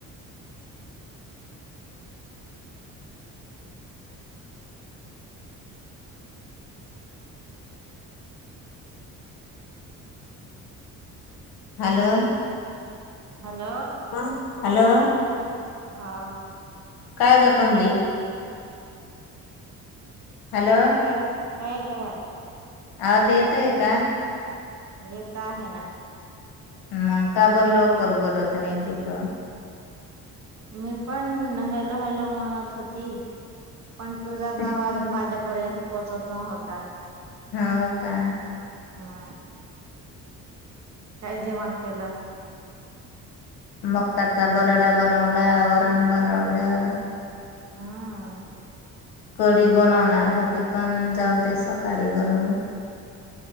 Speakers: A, on the left; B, on the right.
A: Hello
B: hello
A: आ hello
B: हा.
A: काय गं कमली हॅलो
B: हाय कायकरा
A: आज येतोय का
B: येत आहे ना.
A: म काब लवकर बोलत नाही तू त
B: मी पण हॅलो हॅलो म्हणत होती. पण तुझाच
A: हम्म
B: आवाज माझ्यापर्यंत पोहोचत नव्हता..
A: हो का
B: हा काही जेवण केलं.
A: मक्काचा बराडा बनवला वरण बनवलं.
B: हा
A: कडी बनवणार होती पण जाऊ दे सकाळी बनवू. <unintelligible>